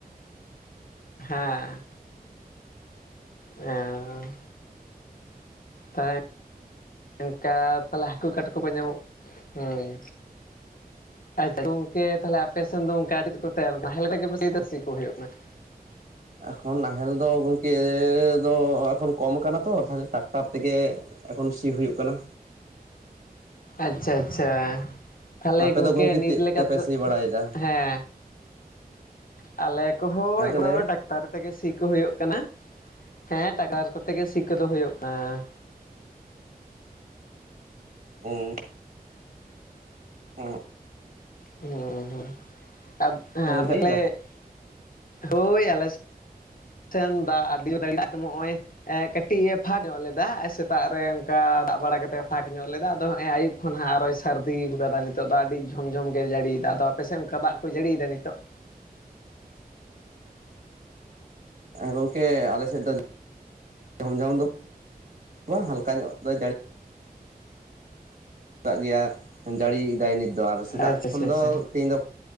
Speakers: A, on the left; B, on the right.
A: ᱦᱮᱸ ᱮᱸ ᱛᱟᱭ ᱤᱝᱠᱟ ᱛᱟᱞᱦᱮ ᱦᱟᱹᱠᱩ ᱠᱟᱴᱠᱩᱢ ᱠᱚ ᱧᱟᱢᱚᱜ ᱦᱩᱸ᱾ ᱟᱪᱪᱷᱟ ᱜᱚᱝᱠᱮ ᱛᱟᱞᱦᱮ ᱟᱯᱮ ᱥᱮᱱ ᱫᱚ ᱚᱝᱠᱟ ᱪᱮᱫ ᱠᱚ <unintelligible> ᱠᱟᱱᱟ ᱱᱟᱦᱮᱞ ᱛᱮᱜᱮᱯᱮ ᱥᱤᱫᱟ ᱥᱤ ᱠᱚ ᱦᱩᱭᱩᱜ ᱠᱟᱱᱟ᱾
B: ᱮᱠᱷᱚᱱ ᱱᱟᱦᱮᱞ ᱫᱚ ᱜᱚᱝᱠᱮ ᱫᱚ ᱮᱠᱷᱚᱱ ᱠᱚᱢ ᱠᱟᱱᱟ ᱛᱚ ᱛᱟᱦᱞᱮ ᱴᱟᱠᱴᱟᱨ ᱛᱮᱜᱮ ᱮᱠᱷᱚᱱ ᱥᱤ ᱦᱩᱭᱩᱜ ᱠᱟᱱᱟ᱾
A: ᱟᱪᱪᱷᱟ ᱟᱪᱪᱷᱟ ᱛᱟᱞᱦᱮ
B: ᱟᱯᱮ
A: ᱜᱚᱝᱠᱮ
B: ᱫᱚ ᱜᱚᱢᱠᱮ ᱪᱮᱫ
A: ᱱᱤᱛ ᱞᱮᱠᱟ
B: ᱛᱮᱯᱮ
A: ᱛᱮᱫᱚ
B: ᱥᱤ ᱵᱟᱲᱟᱭᱮᱫᱟ
A: ᱦᱮᱸ ᱟᱞᱮ ᱠᱚᱦᱚ
B: ᱦᱮᱸ
A: <unintelligible>
B: ᱜᱚᱢᱠᱮ ᱞᱟᱹᱭ ᱢᱮ
A: ᱛᱟᱨ ᱛᱮᱜᱮ ᱥᱤ ᱠᱚ ᱦᱳᱭᱳᱜ ᱠᱟᱱᱟ, ᱦᱮᱸ ᱴᱟᱠᱟᱴᱟᱨ ᱠᱚᱛᱮᱜᱮ ᱥᱤ ᱠᱚᱫᱚ ᱦᱳᱭᱳᱜ ᱮᱸᱼᱼ
B: ᱦᱩᱸ <inaudible>
A: ᱦᱩᱸ ᱦᱩᱸ
B: ᱛᱟᱦᱚᱞᱮ
A: ᱟᱫᱚ
B: ᱡᱟᱹᱲᱤᱭᱮᱫᱟ
A: <unintelligible> ᱦᱳᱭ ᱟᱞᱮ ᱥᱮᱱ ᱫᱟᱜ ᱟᱹᱰᱤ <unintelligible> ᱫᱚᱢᱮ ᱦᱚᱭ ᱮᱸ ᱠᱟᱹᱴᱤᱡ ᱮ ᱯᱷᱟᱠ ᱧᱚᱜ ᱞᱮᱫᱟ ᱟᱨ ᱥᱮᱛᱟᱜ ᱨᱮ ᱚᱝᱠᱟ ᱫᱟᱜ ᱵᱟᱲᱟ ᱠᱟ ᱛᱮ ᱯᱷᱟᱸᱠ ᱧᱚᱜ ᱞᱮᱫᱟ ᱟᱫᱚ ᱦᱚᱸᱜᱚᱭ ᱟᱹᱭᱩᱵ ᱠᱷᱚᱱ ᱦᱟᱸᱜ ᱟᱨᱚᱭ ᱥᱟᱹᱨᱫᱤ <unintelligible> ᱱᱤᱛᱳᱜ ᱫᱚ ᱟᱹᱰᱤ ᱡᱷᱚᱢ ᱡᱷᱚᱢ ᱜᱮ ᱡᱟᱹᱲᱤᱭᱫᱟ ᱟᱫᱚ ᱟᱯᱮ ᱥᱮ ᱚᱝᱠᱟ ᱫᱟᱜ ᱠᱚᱭ ᱡᱟᱹᱲᱤᱭᱫᱟ ᱱᱤᱛᱳᱜ?
B: ᱦᱮᱸ ᱜᱚᱝᱠᱮ ᱟᱞᱮ ᱥᱮᱫ ᱫᱚ ᱡᱷᱚᱢ ᱡᱷᱚᱢ ᱫᱚ ᱵᱟᱝ ᱦᱟᱞᱠᱟ ᱧᱚᱜ ᱫᱚ <unintelligible> ᱠᱟᱜ ᱜᱮᱭᱟ ᱡᱟᱹᱲᱤᱭᱫᱟᱭ ᱱᱤᱛ ᱫᱚ ᱟᱨ ᱥᱮᱛᱟᱜ
A: ᱟᱪᱪᱷᱟ
B: ᱠᱷᱚᱱ
A: ᱟᱪᱪᱷᱟ
B: ᱫᱚ
A: ᱟᱪᱪᱷᱟ
B: ᱛᱮᱦᱮᱧ ᱫᱚ